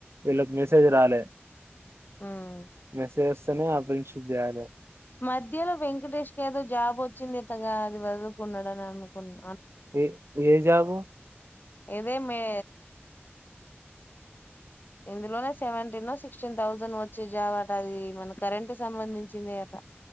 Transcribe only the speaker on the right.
వీళ్ళకి మెసేజ్ రాలే
మే సే స్ ఇతను ఆ ఫ్రెండ్షిప్ బ్యాండ్
ఏ ఏ జబో